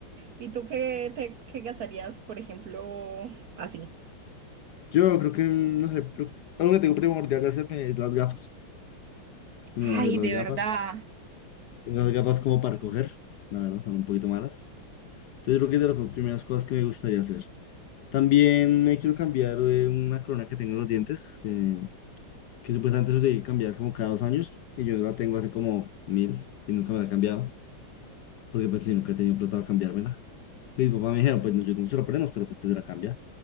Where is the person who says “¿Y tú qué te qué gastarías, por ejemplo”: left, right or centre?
Right